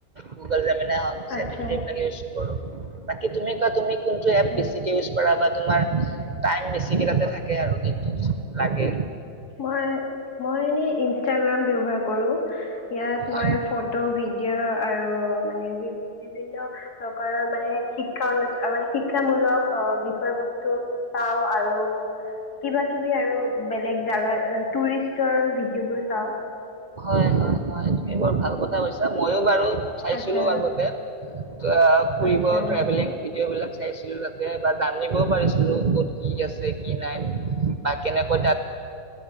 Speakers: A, on the right (about 70°); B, on the left (about 60°).
A: গুগ এইবিলাক
B: আচ্ছা
A: ইউজ কৰো বাকী তুমি। তুমি কোনটো
B: আচ্ছা।
A: এপ বেছিকে ইউজ কৰা বা তোমাৰ টাইম বেছি কেইটাতে থাকে আৰু দিনটোত লাগে
B: মই মই এনেই ইষ্টাগ্ৰাম কৰো, ইয়াত
A: হয়।
B: মই ফটো ভিডিঅ আৰু মানে বি বিভিন্ন প্ৰকাৰৰ মানে শিক্ষা অনু মানে শিক্ষামূলক বিষয় বস্তু চাওঁ আৰু কিবা কিবি আৰু বেলেগ জা টুৰিষ্টৰ ভিডিঅ' বোৰ চাওঁ।
A: হয় হয় হয় তুমি বৰ ভাল কথা কৈছা মইো বাৰু চাইছিলো
B: আচ্ছা
A: আগতে <unintelligible> ফুৰিব
B: আচ্ছা
A: ট্ৰেভেলিং ভিডিঅ' বিলাক চাইছিলো তাতে বা জানিবও পাৰিছিলো ক'ত কি আছে কি নাই বা কেনেকৈ তাত